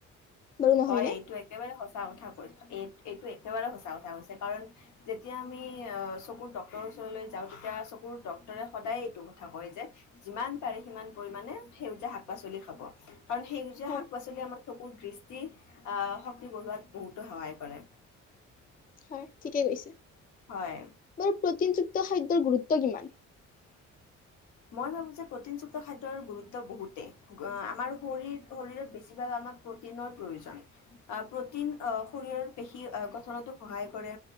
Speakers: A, on the left (about 30°); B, on the left (about 75°).
A: বাৰু নহয়
B: হয়
A: নে
B: এইটো একেবাৰে সঁচা কথা কৈছো এই এইটো একেবাৰে সচা কথা কৈছে কাৰণ যেতিয়া আমি আহ চকুৰ ডক্তৰৰ ওচৰলৈ যাওঁ তেতিয়া চকুৰ ডাক্তৰে সদায় এইটো কথা কয় যে যিমান পাৰে সিমান পৰিমমানে সেউজীয়া শাক পাচলি খাব কাৰণ সেউজীয়া
A: হয়
B: শাক পাচলি আমাৰ চকুৰ দৃষ্টি আহ শক্তি বঢ়োৱাত বহুতো সহায় কৰে
A: হয় ঠিকেই কৈছে
B: হয়
A: মোৰ পেকিং টুত খাদ্যৰ গুৰুত্ব কিমান
B: মই ভাবো যে প্ৰটিনযুক্ত খাদ্যৰ গুৰুত্ব বহুতেই আমাৰ শৰীৰ শৰীৰত বেছিভাগ আমাক প্ৰটিনৰ প্ৰয়োজন আহ প্ৰটিন আহ শৰীৰৰ পেশী গঠনতো সহায় কৰে